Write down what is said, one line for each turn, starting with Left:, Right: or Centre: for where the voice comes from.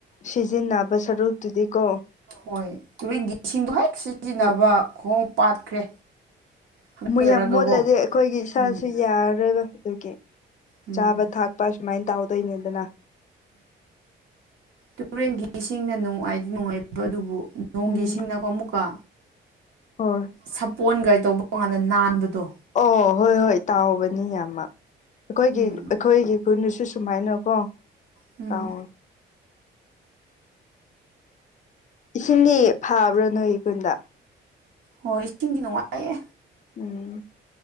Left: ꯁꯤꯖꯤꯟꯅꯕ ꯁꯔꯨꯛꯇꯨꯗꯤ ꯀꯣ
Right: ꯍꯣꯏ ꯇꯨꯔꯦꯟꯒꯤ ꯏꯁꯤꯡꯗꯨ ꯍꯦꯛ ꯁꯤꯖꯤꯟꯅꯕ
Left: ꯑꯗꯨ
Right: ꯈꯣꯡ ꯄꯥꯠꯈ꯭ꯔꯦ ꯍꯥꯒꯠꯆꯔꯒꯀꯣ
Left: ꯃꯣꯏ ꯌꯥꯝ ꯃꯣꯠꯂꯗꯤ ꯑꯩꯈꯣꯏꯒꯤ ꯏꯁꯥꯁꯨ
Right: ꯎꯝ
Left: ꯌꯥꯔꯔꯣꯏꯕ ꯑꯗꯨꯒꯤ
Right: ꯎꯝ
Left: ꯆꯥꯕ ꯊꯛꯄ ꯁꯨꯃꯥꯏꯅ ꯇꯧꯗꯣꯏꯅꯤꯗꯅ
Right: ꯇꯨꯔꯦꯟꯒꯤ ꯏꯁꯤꯡꯅ ꯅꯨꯡꯉꯥꯏꯗꯤ ꯅꯨꯡꯉꯥꯏꯕ ꯑꯗꯨꯕꯨ ꯅꯣꯡꯒꯤ
Left: ꯎꯝ
Right: ꯏꯁꯤꯡꯅꯀꯣ ꯑꯃꯨꯛꯀ
Left: ꯍꯣꯏ
Right: ꯁꯥꯄꯣꯟꯒ ꯇꯧꯕ ꯀꯥꯟꯗ ꯅꯥꯟꯕꯗꯣ
Left: ꯑꯣ ꯍꯣꯏ ꯍꯣꯏ ꯇꯥꯎꯕꯅꯤ ꯌꯥꯝꯃ ꯑꯩꯈꯣꯏꯒꯤ
Right: ꯎꯝ
Left: ꯑꯩꯈꯣꯏꯒꯤ ꯈꯨꯨꯟꯗꯁꯨ ꯁꯨꯃꯥꯏꯅ ꯀꯣ
Right: ꯎꯝ
Left: ꯇꯧꯋꯦ ꯏꯁꯤꯡꯗꯤ ꯐꯥꯕ꯭ꯔ ꯅꯣꯏ ꯈꯨꯟꯗ
Right: ꯍꯣꯏ ꯏꯁꯤꯡꯗꯤ ꯅꯨꯡꯉꯥꯏꯌꯦ
Left: ꯎꯝ